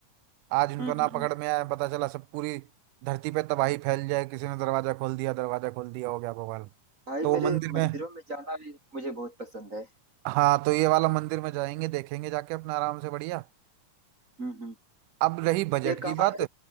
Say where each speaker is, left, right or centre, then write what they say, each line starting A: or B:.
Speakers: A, on the right; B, on the right.
A: आज उनको
B: हम्म
A: ना
B: हम्म
A: पकड़
B: हम्म।
A: में आया पता चला सब पूरी धरती पे तबाही फैल जाए किसी ने दरवाजा खोल दिया दरवाजा खोल दिया हो गया भगवान
B: भाई
A: तो वो
B: मेरे
A: मंदिर
B: मंदिरों
A: में
B: में जाना भी मुझे बहुत पसंद है
A: हाँ तो ये वाला मंदिर में जाएंगे देखेंगे जाके अपना आराम से बढ़िया
B: हम्म हम्म।
A: अब रही बजट
B: ये
A: की
B: कहाँ
A: बात
B: है